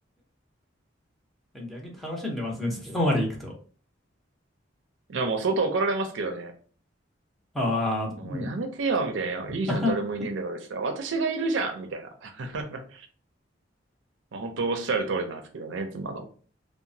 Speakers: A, in the centre; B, on the right.
A: 逆に楽しんでますね、そこまで行くと。
B: いや、もう外怒られますけどね。
A: ああ、うん
B: もうやめてよ、みたいな。
A: <laughs>
B: いいじゃん、誰もいねえんだからしたら、私がいるじゃん、みたいな。<laughs> まあ本当おっしゃる通りなんですけどね、妻の。